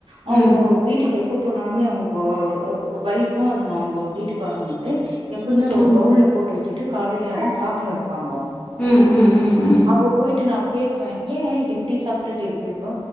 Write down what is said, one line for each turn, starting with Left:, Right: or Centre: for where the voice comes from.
Right: அவுங்கோ
Left: ம்
Right: வீட்டுக்கெப் ப்ப போனாலுமே அவுங்க ஒய்ஃபு அங் அவுங்க வீட்டுக்காரவ்ங்கன் து எப்பமே ஒரு
Left: ம்
Right: பவுல்ல போட்டு வச்சுட்டு காலைலயானா சாப்னர் பாங்கோ
Left: ம் ம் ம்
Right: அப்ப போயிட்டு நா கே ப ஏ இது இப்டி சாப்ட்டுட்டு இருக்கீங்கோ